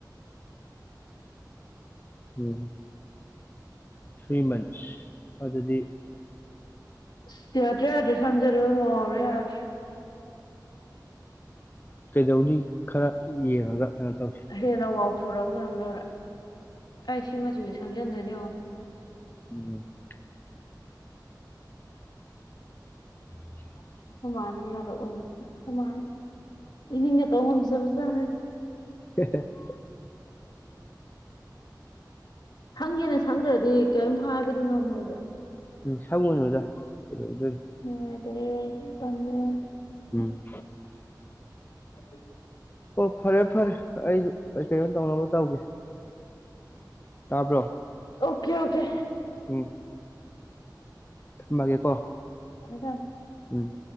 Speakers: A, on the left (about 30°); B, on the left (about 75°).
A: ꯎꯝ ꯊ꯭ꯔꯤ ꯃꯟꯁ ꯑꯗꯨꯗꯤ
B: ꯑꯁ ꯌꯥꯗ꯭ꯔꯦ ꯌꯥꯗ꯭ꯔꯦ ꯁꯝꯖꯦ ꯂꯣꯏ ꯋꯥꯎꯔꯦ ꯌꯥꯗ꯭ꯔꯦ
A: ꯀꯩꯗꯧꯅꯤ ꯈꯔ ꯌꯦꯡꯉꯒ ꯀꯩꯅꯣ ꯇꯧꯁꯤ
B: ꯍꯦꯟꯅ ꯋꯥꯥꯎꯊꯣꯔꯛꯑꯕ ꯀꯩꯅꯣꯝ ꯇꯧꯔꯦ ꯑꯩ ꯁꯤ ꯃꯆꯨꯁꯦ ꯁꯪꯖꯟꯗꯣꯏꯅꯤ ꯌꯦꯡꯉꯣ
A: ꯎꯝ <inaudible>
B: ꯑꯩꯈꯣꯏꯃꯥꯟꯅ ꯌꯥꯔꯛꯑꯣꯏ ꯑꯩꯈꯣꯏꯃꯥꯅ ꯏꯅꯤꯡꯅꯒ ꯇꯧ ꯉꯝꯖꯕꯖꯥꯠ ꯅꯠꯇꯦ
A: <unintelligible>
B: ꯁꯪꯒꯦꯅ ꯁꯪꯈ꯭ꯔꯗꯤ ꯀꯔꯤꯝ ꯍꯥꯏꯕꯗꯤ ꯉꯝꯃꯣꯏꯕ
A: ꯎꯝ ꯁꯪꯉꯨꯅꯨꯗ ꯀꯩꯗꯧꯗꯣꯏꯅꯣ
B: ꯅꯨꯉꯥꯏꯇꯕ ꯌꯥꯝ ꯇꯟꯂꯦ ꯌꯥꯝ
A: ꯎꯝ
B: <inaudible>
A: ꯑꯣ ꯐꯔꯦ ꯐꯔꯦ ꯑꯩꯁꯨ ꯀꯩꯀꯩꯅꯣ ꯇꯧꯅꯕ ꯇꯧꯒꯦ ꯇꯥꯕ꯭ꯔꯣ
B: ꯑꯣꯈꯦ ꯑꯣꯈꯦ
A: ꯎꯝ ꯊꯝꯃꯒꯦ ꯀꯣ
B: ꯊꯝꯃꯦ ꯊꯝ
A: ꯎꯝ